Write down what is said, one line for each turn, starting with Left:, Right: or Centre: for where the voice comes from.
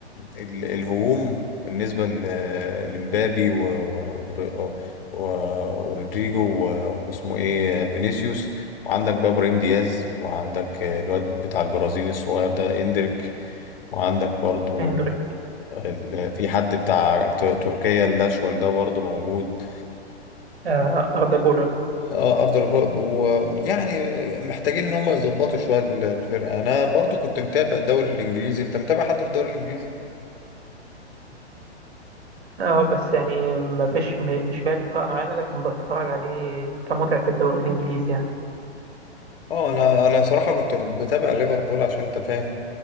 Left: ال الهجوم بالنسبة ل- لمبابي و- و- و- ورودريجو و- واسمه ايه فينيسيوس وعندك بقى ابراهيم دياز وعندك الواد بتاع البرازيل الصغير ده اندريك وعندك برضو
Right: هندريك
Left: ال- في حد بتاع ت- تركيا الاشول ده برضو موجود
Right: آه، أردا جولر
Left: اه ارض الركاب ويعني محتاجين ان هم يظبطوا شويه ال- الفرقه انا برضو كنت متابع الدوري الانجليزي انت متابع حد في الدوري الانجليزي
Right: اه بس يعني ما فيش م- مش مال لفرقة معينة لكن بتفرج عليه كمتعة الدوري الإنجليزي يعني
Left: اه انا انا صراحه كنت بتابع ليفربول عشان انت فاهم